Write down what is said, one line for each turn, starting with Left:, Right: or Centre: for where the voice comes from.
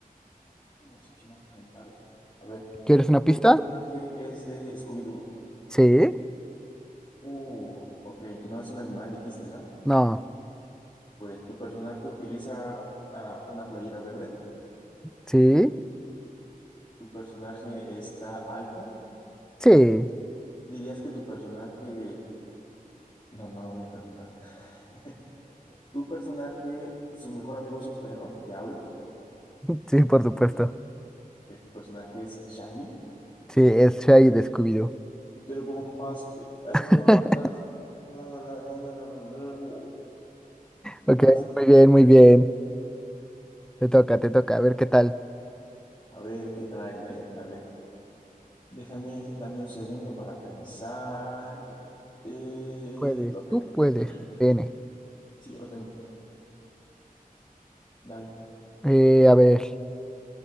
Left: no sé qué más preguntarte. A ver,
Centre: ¿Quieres una
Left: ¿tu
Centre: pista?
Left: personaje es de Scooby-Doo?
Centre: Sí.
Left: Uh, ok, no es un animal, dijiste, ¿no?
Centre: No.
Left: Pues tu personaje utiliza ah, una playera verde.
Centre: Sí.
Left: Tu personaje está alto.
Centre: Sí.
Left: Dirías que tu personaje... No, no lo voy a preguntar. <laughs> Tu personaje, su mejor amigo es un perro que habla.
Centre: <laughs> Sí, por supuesto.
Left: Eh, tu personaje es Shaggy.
Centre: Sí, es Shaggy de Scooby-Doo.
Left: Mr. Bombastic and
Centre: <laughs>
Left: Fantastic. wow, nasty.
Centre: Ok, muy bien, muy bien. Te toca, te toca. A ver qué tal.
Left: A ver qué traes, ¿eh? A ver, déjame, dame un segundo para pensar. Eh,
Centre: Tú puedes,
Left: lo tengo.
Centre: tú puedes.
Left: <clears throat>
Centre: Viene.
Left: Sí, ya lo tengo. Dale.
Centre: Eh, a ver.